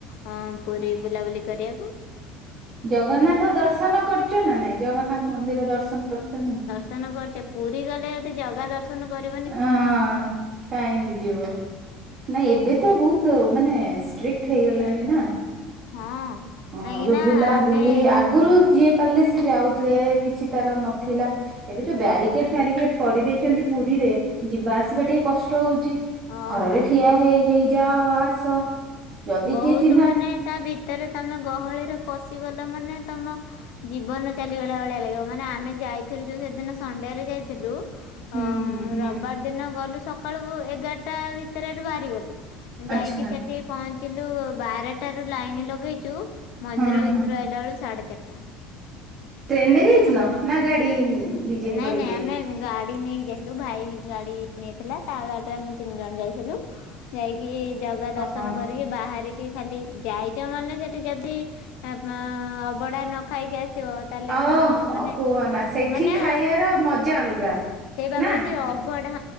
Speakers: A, on the left; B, on the right.
A: ହଁ ପୁରୀ ବୁଲାବୁଲି କରିଆକୁ।
B: ଜଗନ୍ନାଥ ଦର୍ଶନ କରିଚ ନା ନାଇଁ ଜଗନ୍ନାଥ ମନ୍ଦିର ଦର୍ଶନ କରିଚ ନା।
A: ତମେ କହୁଛ ପୁରୀ ଗଲେ ଯଦି ଜଗା ଦର୍ ଶନ କରିବା
B: ଏ ହଁ କାହିଁକି ଯିବ ନାଇଁ ଏବେ ତ ବୋହୁତୁ ମାନେ ସି ଟ୍ରିକ୍ଟ ହେଇଗଲାଣି ନା।
A: ହଁ।
B: ହଁ
A: କାହିଁକି
B: ଯୋଉ
A: ନା
B: ବୁଲା
A: ଆମେ
B: ବୁଲି ଆଗୁରୁ ଯିଏ ପାରିଲେ ସିଏ ଯାଉଥିଲେ କିଛି ତାର ନଥିଲା। ଏବେ ଯୋଉ ବ୍ୟାରିକେଟ୍ ଫ୍ୟାରିକେଟ୍ କରି ଦେଇଛନ୍ତି ପୁରୀରେ ଯିବା ଆସିବା ଟିକେ କଷ୍ଟ ହଉଚି।
A: ହଁ
B: ଖରାରେ
A: ହଁ।
B: ଠିଆ ହେଇ ହେଇ ଯାଅ ଆସ। ଯଦି
A: ବୋହୁତୁ
B: କିଏ ଚିହ୍ନା
A: ମାନେ ତା ଭିତେରେ ତମେ ଗହଳିରେ ପଶିଗଲ ମାନେ ତମ ଜୀବନ ଚାଲିଗଲା ଭଳିଆ ଲାଗିବ ମାନେ ଆମେ ଯାଇଥିଲୁ ଯୋଉ ସେଦିନ ସଣ୍ଡେରେ ଯାଇଥିଲୁ। ଅ
B: ହୁଁ ହୁଁ ହୁଁ
A: ରବିବାର ଦିନ ଗଲୁ ସକାଳୁ ଏଗାରଟା ଭିତେରେ ଏଠୁ ବାହାରି ଗଲୁ।
B: ଆଚ୍ଛା
A: ଯାଇକି ସେଠି ପହଞ୍ଚିଲୁ ବାରେଟାରୁ ଲାଇନି ଲଗେଇଚୁ ମନ୍ଦିର
B: ହଁ ହଁ
A: ଭିତୁରୁ ଆଇଲା ବେଳୁ ସାଢେ ଚାରିଟା। କେତେ
B: ଟ୍ରେନରେ ଯାଇଥିଲ
A: ସମୁଦାୟ
B: ନା ଗାଡି ନିଜେ
A: ନାଇଁ
B: କରିକି
A: ନାଇଁ ଆମେ ଗା ଡି ନେଇକି ଯାଇଥିଲୁ ଭାଇ ଗାଡି ନେଇଥିଲା ତା ଗାଡିରେ ଆମେ ତିନି ଜଣ ଯାଇଥିଲୁ। ଯାଇକି ଜଗା
B: ଯାଇ
A: ଦର୍ଶନ କରିକି ବାହାରିକି ଖାଲି ଯାଇଛ ମାନେ ସେଠି ଯଦି ଆପ୍ ମା ଅବଢା ନ ଖାଇକି ଆସିବ ତାହେଲେ
B: ଓହୋ
A: କଣ ମାନେ
B: କୁହନା
A: ଉଁ
B: ସେଠି
A: ମାନେ
B: ଖାଇବାର ମଜା ଅଲଗା
A: ସେଇବା
B: ନା
A: କହୁଛି ଅବ୍ ବଢା